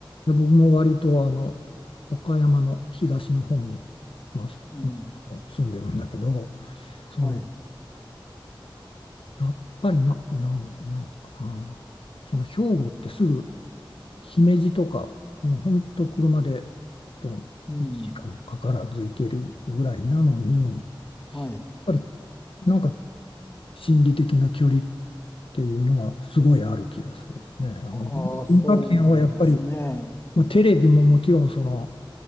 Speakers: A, on the left; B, on the left.
A: で僕も割とあの岡山の東の方に、まあ、すまあ住んでるんだけど
B: うん、
A: その
B: はい。
A: やっぱりな、なん、なんかなその兵庫ってすぐ姫路とかもうほんと車でと1時間もかからず行けるぐらいなのにやっ
B: うん。はい。
A: ぱりなんか心理的な距離っていうのはすごいある気がするよね。あの文化圏はやっぱり
B: ああ、そうなんですね。
A: まあ、テレビももちろんその、